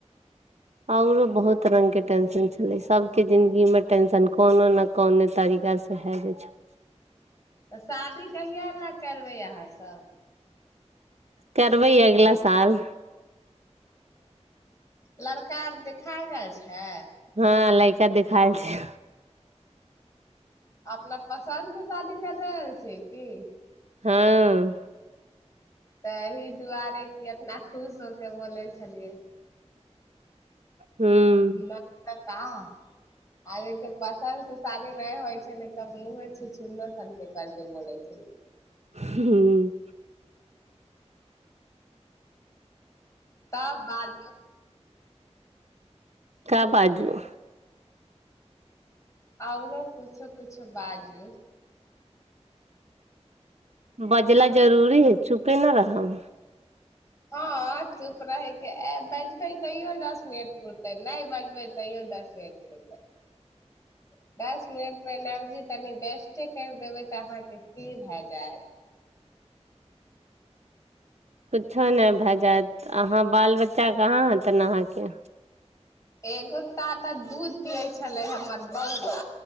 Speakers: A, on the right; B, on the left.
A: आओरो बहुत रङ्गके टेंशन छलै सभके जिन्दगीमे टेंशन कोनो ने कोने तरीकासँ भए जाइ छै
B: तऽ शादी कहिया लए करबै अहाँसभ
A: करबै अगला साल
B: ह <inaudible> लड़का आर देखाए गेल छै
A: हँ लैका देखायल छै
B: अपना पसन्द स शादी कर रहल छियै की
A: हँ
B: तऽहि दुआरे की इतना खुश होके बोले छै छलियै
A: हूँ
B: ब <inaudible> तं आदमीक के पसन्द त शादी नहि होइ छलैय तऽह मुंहे छुछुंदर सन के कर के बोैलय छै
A: हूँ
B: तब बाजब
A: का बाजू
B: आओरो कुछो कुछो बाजू
A: बजला जरूरी हइ चुपे न रहब
B: हँ चुप रहैके ए बजबै तैयो दस मिनट पूरतै नहि बजबै तैयो दस मिनट पूरतै दस दस मिनट मे एनर्जी तनी बेस्टे कर देबै तऽ अहाँके की भए जायत
A: कुछो नहि भए जायत अहाँ बाल बच्चा कहाँ हेतन अहाँके
B: एगो टाटा दूध पिये छले हमर बौआ